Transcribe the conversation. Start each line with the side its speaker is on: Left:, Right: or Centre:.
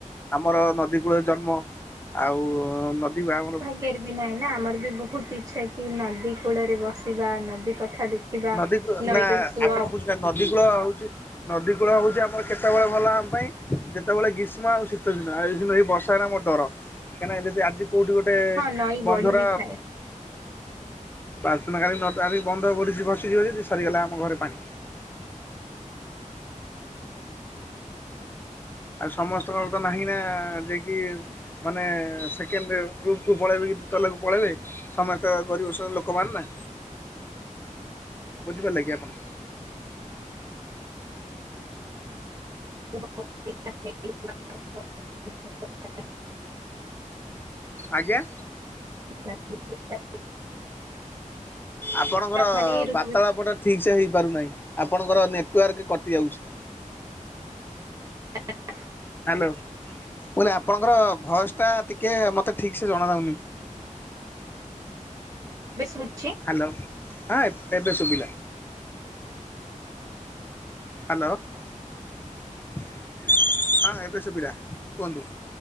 Left: ଆମର ନଦୀ କୂଳରେ ଜନ୍ମ ଆଉ-ଉ-ଉ ନଦୀକୁ ଆମର
Right: ପେରିବି ନାହିଁ ନା ଆମର ବି ବହୁତ ଇଛା କି ନଦୀ କୂଳରେ ବସିବା, ନଦୀ ପଠା ଦେଖି ବା
Left: ନଦୀ କୂଳ
Right: ନଈ ର ଶୁଅ
Left: ଆପଣ ନା ନଦୀ କୂଳ ହଉଛି ନଦୀ କୂଳ ହଉଛି ଆମର କେତେବେଳେ ଭଲ ଆମ ପାଇଁ ଯେତେବେଳେ ଗ୍ରୀଷ୍ମ ଆଉ ଶୀତଦିନ ଆଉ ଏଇ ଦିନ ଏଇ ବର୍ ଷା ମୋର ଡର କାହିଁକିନା ଯଦି ଆଜି କେଉଁଠି ଗୋଟେ-ଏ-ଏ
Right: ହଁ ନଈ
Left: ବନ୍ଧର
Right: ବଢି ବି ଥାଏ
Left: ପ୍ରାଥନା କାଳେ ନ ଟାଣି ବନ୍ଧ ପଡିଛି ଖସି ଯିବ ଯଦି ସରିଗଲା ଆମ ଘରେ ପାଣି। ଆଉ ସମସ୍ତଙ୍କର ତ ନାହିଁ ନା-ଆ-ଆ ଯେକି ମାନେ-ଏ-ଏ-ଏ ସେକେଣ୍ଡ ରୁପ୍ କୁ ପଳେଇବେ କି ତଲାକୁ ପଳାଇବେ ସମସ୍ତେ ଗରିବ ଶ୍ରେଣୀ ଲୋକ ମାନ ନା।
Right: <inaudible>
Left: ବୁଝିପାରିଲେ କି ଆପଣ?
Right: <unintelligible>
Left: ଆଜ୍ଞା?
Right: <unintelligible>
Left: ଆପଣଙ୍କର
Right: ମାନେ ଏଇ ଋତୁ
Left: ବାର୍ତ୍ତାଳାପ
Right: ବିଷୟରେ
Left: ଟା ଠିକ ସେ ହେଇପାରୁନାହିଁ ଆପଣଙ୍କର ନେଟୱାର୍କ କଟି ଯାଉଚି।
Right: <unintelligible>
Left: ହ୍ୟାଲୋ ମୁଁ କହିଲେ ଆପଣଙ୍କର ଭଏସ ଟା ଟିକେ ମତେ ଠିକ ସେ ଜଣା ଜାଉନି।
Right: ଏବେ ସୁବୁଚି?
Left: ହ୍ୟାଲୋ ହଁ ଏବେ ସୁବିଲା। ହ୍ୟାଲୋ। ହଁ ଏବେ ସୁବିଲା କୁହନ୍ତୁ।